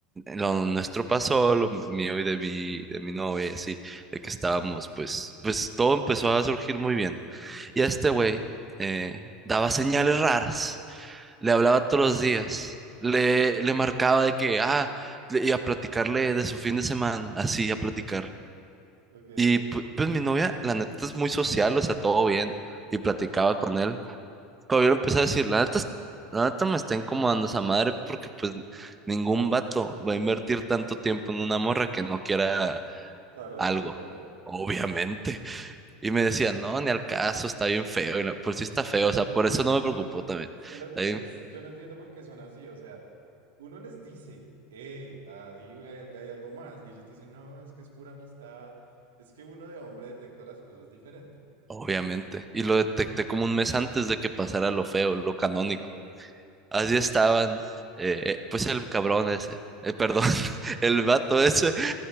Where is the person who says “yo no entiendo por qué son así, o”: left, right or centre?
Right